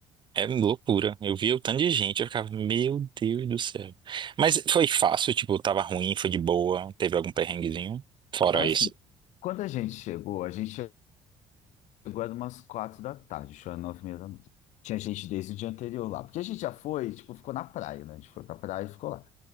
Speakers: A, on the right; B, on the left.
A: É loucura. Eu via o tanto de gente, eu ficava, meu Deus do céu. Mas foi fácil, tipo, tava ruim, foi de boa, teve algum perrenguezinho? Fora
B: Assim,
A: isso.
B: quando a gente chegou, a gente. Chegou era umas quatro da tarde, chegou era nove e meia da noite. Tinha gente desde o dia anterior lá. Porque a gente já foi, tipo, ficou na praia, né? A gente foi pra praia e ficou lá.